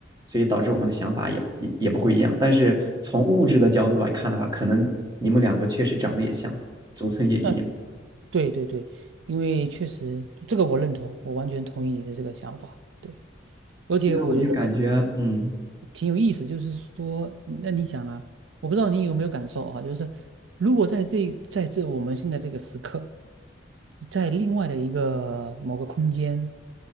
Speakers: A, on the right (about 20°); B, on the right (about 80°).
A: 所以导致我们的想法也也也不会一样。但是从物质的角度来看的话，
B: 嗯，
A: 可能你们两个确实长得也像，组成也一样。
B: 呃，对对对，因为确实这个我认同，我完全同意你的这个想法，对，而且我觉得。
A: 这个我就感觉，嗯，
B: 挺有意思，就是说，那你想啊，我不知道你有没有感受啊，就是如果在这在这我们现在这个时刻，在另外的一个某个空间，